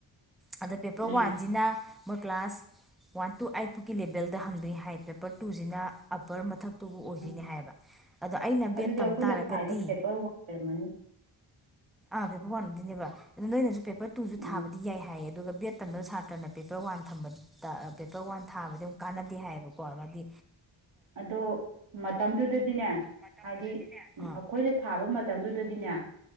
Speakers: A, in the centre; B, on the right.
A: ꯑꯗ ꯄꯦꯄꯔ ꯋꯥꯟꯁꯤꯅ
B: ꯎꯝ
A: ꯃꯣꯏ ꯀ꯭ꯂꯥꯁ ꯋꯥꯟ ꯇꯨ ꯑꯥꯏꯠ ꯐꯥꯎꯀꯤ ꯂꯦꯚꯦꯜꯗ ꯍꯪꯗꯣꯏꯅꯤ ꯍꯥꯏ ꯄꯦꯄꯔ ꯇꯨꯁꯤꯅ ꯑꯞꯄꯔ ꯃꯊꯛ ꯇꯨꯕꯨ ꯑꯣꯏꯗꯣꯏꯅꯦ
B: ꯎꯝ
A: ꯍꯥꯏꯕ ꯑꯗꯣ ꯑꯩꯅ ꯕꯦꯠ
B: ꯑꯗꯨꯗꯤ
A: ꯇꯝ
B: ꯑꯩꯈꯣꯏꯅ
A: ꯇꯥꯔꯒꯗꯤ
B: ꯊꯥꯏꯗꯣ ꯄꯦꯄꯔ ꯋꯥꯟ ꯑꯣꯏꯔꯝꯃꯅꯤ
A: ꯑꯥ ꯄꯦꯄ ꯋꯥꯟꯗꯨꯣꯏꯅꯦꯕ ꯑꯗꯨꯣ ꯅꯣꯏꯅꯁꯨ ꯄꯦꯄꯔ ꯇꯨꯁꯨ
B: ꯎꯝ
A: ꯊꯥꯕꯗꯤ ꯌꯥꯏ ꯍꯥꯏꯌꯦ ꯑꯗꯨꯒ ꯕꯦꯠ ꯇꯝꯕꯗ ꯁꯥꯇ꯭ꯔꯅ ꯄꯦꯄꯔ ꯋꯥꯟ ꯊꯝꯕꯗ ꯄꯦꯄꯔ ꯋꯥꯟ ꯊꯥꯕꯗꯤ ꯑꯃꯛ ꯀꯥꯟꯅꯗꯦ ꯍꯥꯏꯌꯦꯕꯀꯣ ꯑꯃꯗꯤ
B: ꯑꯗꯣ ꯃꯇꯝꯗꯨꯗꯗꯤꯅꯦ
A: ꯃꯇꯝꯗꯨꯗꯗꯤꯅꯦ
B: ꯍꯥꯏꯗꯤ
A: ꯑꯥ
B: ꯑꯩꯈꯣꯏꯅ ꯊꯥꯕ ꯃꯇꯝꯗꯨꯗꯗꯤꯅꯦ